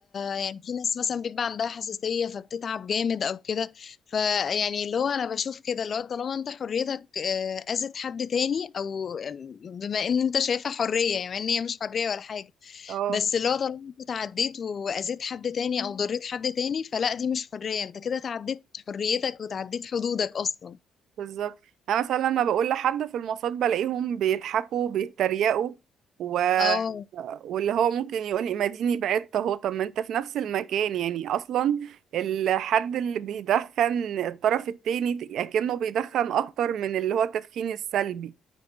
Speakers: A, on the left; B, on the right.
A: يعني في ناس مثلا بيبقى عندها حساسية فبتتعب جامد او كده فيعني اللي هو انا بشوف كده اللي هو طالما انت حريتك آه، اذت حد تاني او آه، بما ان انت شايفها حرية يعني ان هي مش حرية ولا حاجة
B: اه
A: بس اللي هو طالما انت تعديت واذيت حد تاني او ضريت حد تاني فلا دي مش حرية انت كده تعديت حريتك وتعديت حدودك اصلا
B: بالظبط انا مثلا لما بقول لحد في المواصلات بلاقيهم بيضحكوا بيتريقوا و...
A: اه
B: واللي هو ممكن يقول لي ما ديني بعدت اهو طب ما انت في نفس المكان يعني اصلا الحد اللي بيدخن الطرف التاني ت- اكنه بيدخن اكتر من اللي هو التدخين السلبي